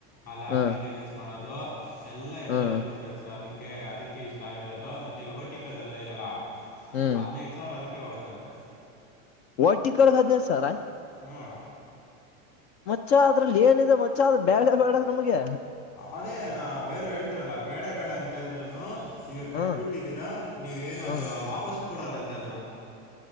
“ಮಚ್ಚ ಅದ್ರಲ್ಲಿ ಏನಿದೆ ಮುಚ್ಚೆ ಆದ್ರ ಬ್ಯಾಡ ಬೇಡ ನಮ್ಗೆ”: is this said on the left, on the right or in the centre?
Left